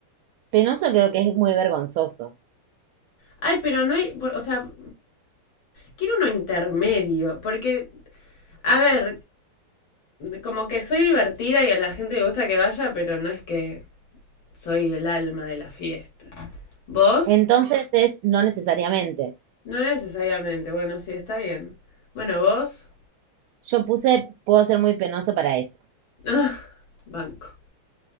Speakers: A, on the right; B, on the left.
A: Penoso creo que es muy vergonzoso.
B: Ay, pero no hay... por- O sea, quiero uno intermedio, porque, a ver, como que soy divertida y a la gente le gusta que vaya, pero no es que soy el alma de la fiesta. ¿Vos?
A: Entonces es no necesariamente.
B: No necesariamente, bueno, sí, está bien. Bueno, vos.
A: Yo puse puedo ser muy penoso para eso.
B: Ah, banco.